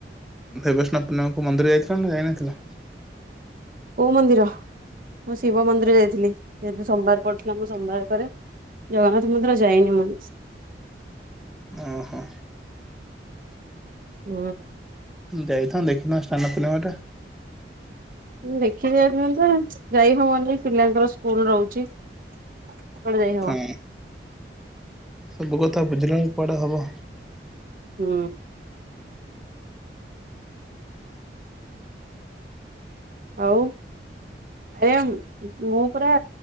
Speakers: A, in the centre; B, on the right (about 50°).
A: ଦେବସ୍ନାନ ପୂର୍ଣ୍ଣିମା କୁ ମନ୍ଦିର ଯାଇଥିଲ ନା ଯାଇନଥିଲ?
B: କୋଉ ମନ୍ଦିର? ମୁଁ ଶିବ ମନ୍ଦିର ଯାଇଥିଲି ଯେହେତୁ ସୋମବାର ପଡିଥିଲା। ମୁଁ ସୋମବାର କରେ। ଜଗନ୍ନାଥ ମନ୍ଦିର ଯାଇନି ମୁଁ।
A: ଅଁ, ହଁ।
B: ହଁ।
A: ଯାଇଥାନ୍ତ ଦେଖିଥାନ୍ତ ସ୍ନାନପୂର୍ଣ୍ଣିମା ଟା।
B: ଦେଖି ଯାଇଥାନ୍ତି ଯେ ଯାଇ ହବନି ପିଲାଙ୍କର ସ୍କୁଲ୍ ରହୁଛି। କୁଆଡେ ଯାଇହବ।
A: ହଁ ସବୁ କଥା ବୁଝିଲାକୁ କୁଆଡେ ହବ।
B: ହୁଁ ଆଉ ଏଂ ମୁଁ ପରା